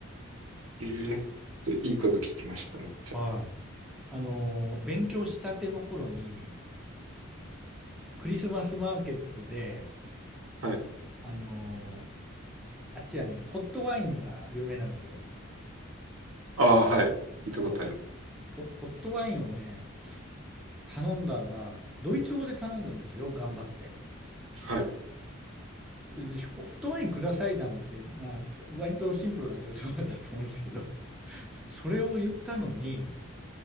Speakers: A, on the right; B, in the centre.
A: ええいいこと聞きました、めっちゃ。
B: はい。あのー、勉強したての頃に、クリスマスマーケットで、
A: はい。
B: あのー、あっちはね、ホットワインが有名なんですよ。
A: ああ、はい。聞いたことありま
B: そう。ホ、ホットワインをね、頼んだら、ドイツ語で頼んだんですよ、頑張って。
A: す。はい。
B: でホホットワインくださいなんて、まあ、そ割とシンプルなドイツ語だと思うんですけど、<laughs> それを言ったのに、